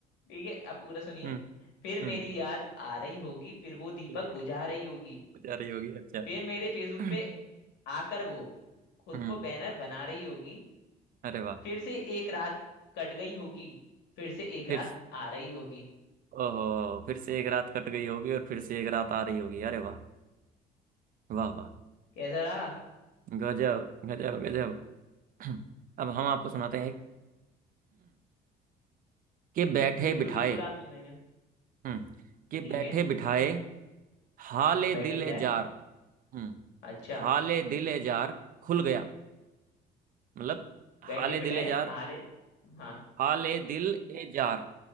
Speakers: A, on the left; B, on the right.
A: ठीक है अब पूरा सुनिए
B: हम्म
A: फिर मेरी
B: हम्म
A: याद आ रही होगी फिर वो दीपक
B: ठीक है,
A: बुझा रही होगी
B: जा रही होगी अच्छा
A: फिर मेरे फेसबुक
B: हम्म
A: पे आकर वो खुद
B: हम्म
A: को बैनर बना रही होगी
B: अरे वाह
A: फिर से एक रात कट गई होगी फिर से एक
B: फिर
A: रात आ रही होगी
B: ओहो फिर से एक रात कट गई होगी और फिर से एक रात आ रही होगी अरे वाह वाह वाह
A: कैसा रहा
B: गजब गजब गजब <clears throat> अब हम आपको सुनाते हैं <clears throat> एक कि बैठे
A: बिल्कुल
B: बिठाए
A: बिल्कुल आप सुनाइए
B: हम्म कि
A: ठीक
B: बैठे
A: है
B: बिठाए हाले
A: बैठे
B: दिल
A: बिठाए
B: ए जार हम्म
A: अच्छा
B: हाले दिल ए जार खुल गया मतलब
A: बैठे
B: हाले
A: बिठाए
B: दिल ए जार
A: हाले हाँ
B: हाले दिल ए जार